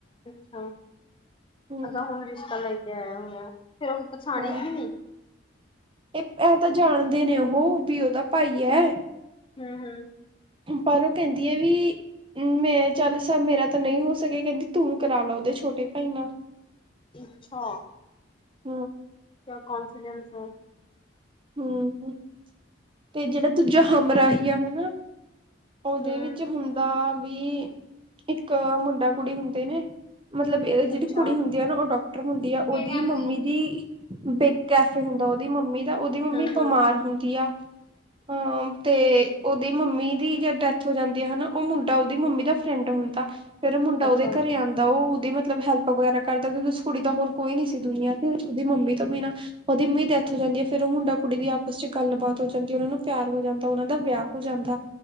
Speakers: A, on the left; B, on the right.
A: ਅੱਛਾ,
B: ਹਮ
A: ਹੁਣ ਰਿਸ਼ਤਾ ਲੈ ਕੇ ਆਇਆ ਹੋਇਆ ਫ਼ਿਰ ਉਹ ਪਛਾਣੇਗੀ
B: ਹਾਂ
A: ਨਹੀਂ?
B: ਇਹ ਐਂ ਤਾਂ ਜਾਣਦੇ ਨੇ ਉਹ ਵੀ ਉਹਦਾ ਭਾਈ ਹੈ।
A: ਹਮ -ਹਮ।
B: ਪਰ ਉਹ ਕਹਿੰਦੀ ਹੈ ਵੀ ਮੈਂ ਚੱਲ ਸਭ ਮੇਰਾ ਤਾਂ ਨਹੀਂ ਹੋ ਸਕੇਗਾ ਕਹਿੰਦੀ ਤੂੰ ਕਰਾ ਲੈ ਓਦੇ ਛੋਟੇ ਛੋਟੇ ਭਾਈ ਨਾਲ,
A: ਅੱਛਾ
B: ਹਮ
A: ਕਿਆ ਕੌਂਫੀਡੈਂਸ
B: ਹਮ, ਤੇ ਜਿਹੜਾ ਦੂਜਾ ਹਮਰਾਹੀ ਆ, ਹਨਾ। ਉਹਦੇ
A: ਹੂੰ।
B: ਵਿੱਚ ਹੁੰਦਾ ਵੀ ਇੱਕ ਮੁੰਡਾ- ਕੁੜੀ ਹੁੰਦੇ ਨੇ। ਮਤਲਬ ਇਹ ਜਿਹੜੀ
A: ਅੱਛਾ
B: ਕੁੜੀ ਹੁੰਦੀ ਆ ਨਾ ਉਹ ਡਾਕਟਰ ਹੁੰਦੀ ਆ ਉਹਦੀ
A: ਹੂੰ
B: ਮੰਮੀ ਦੀ ਬਿੱਗ ਕੈਫੇ ਹੁੰਦਾ ਉਹਦੀ ਮੰਮੀ ਦਾ। ਉਹਦੀ ਮੰਮੀ
A: ਹੂੰ
B: ਬਿਮਾਰ ਹੁੰਦੀ ਆ। ਹਮ, ਤੇ ਓਦੀ ਮੰਮੀ ਦੀ ਜਦੋ ਡੈਥ ਹੋ ਜਾਂਦੀ ਹੈ, ਹਨਾ। ਉਹ ਮੁੰਡਾ ਉਹਦੀ ਮੰਮੀ ਦਾ ਫਰੈਂਡ ਹੁੰਦਾ। ਫੇਰ ਮੁੰਡਾ
A: ਅੱਛਾ
B: ਉਹਦੇ
A: ਹੂੰ
B: ਘਰੇ ਆਉਂਦਾ ਉਹਦੀ ਮਤਲਬ ਹੈਲਪ ਵਗੈਰਾ ਕਰਦਾ ਕਿਉਂਕਿ ਉਸ ਕੁੜੀ ਦਾ ਹੋਰ ਕੋਈ ਨੀ ਸੀ ਦੁਨੀਆਂ ਤੇ ਉਹਦੀ ਮੰਮੀ ਤੋਂ ਬੀਨਾ ਉਹਦੀ ਮੰਮੀ ਦੀ ਡੈਥ ਹੋ ਜਾਂਦੀ ਹੈ ਫੇਰ ਉਹ ਮੁੰਡਾ -ਕੁੜੀ ਦੀ ਆਪਸ ਚ ਗੱਲਬਾਤ ਹੋ ਜਾਂਦੀ ਉਹਨਾਂ ਨੂੰ ਪਿਆਰ ਹੋ ਜਾਂਦਾ, ਉਹਨਾਂ ਦਾ ਵਿਆਹ ਹੋ ਜਾਂਦਾ।